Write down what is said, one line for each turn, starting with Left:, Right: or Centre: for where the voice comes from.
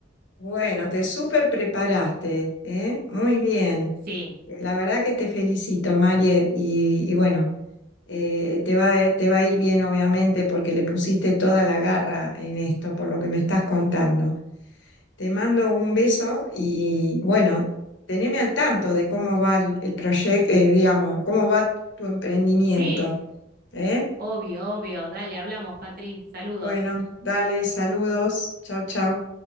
Left: Bueno, te súper preparaste, ¿eh? Muy bien.
Right: Sí,
Left: Eh, La verdad que te felicito, Marie, y, y bueno, eh, te va, a- te va a ir bien, obviamente, porque le pusiste toda la garra en esto, por lo que me estás contando. Te mando un beso y bueno, teneme al tanto de cómo va el, proyecto, digamos, cómo va tu emprendimiento,
Right: sí,
Left: ¿eh?
Right: obvio, obvio. Dale, hablamos, Patri. Saludos.
Left: Bueno, dale, saludos, chao, chao.